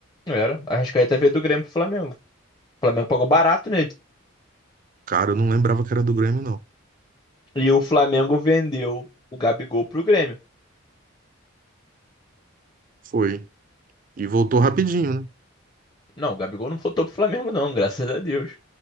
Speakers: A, on the left; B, on the right.
A: Não Era. A Arrascaeta veio do Grêmio pro Flamengo. O Flamengo pagou barato nele.
B: Cara, eu não lembrava que era do Grêmio, não.
A: E o Flamengo vendeu o Gabigol pro Grêmio.
B: Foi. E voltou rapidinho, né?
A: Não, o Gabigol não voltou pro Flamengo, não, graças a Deus.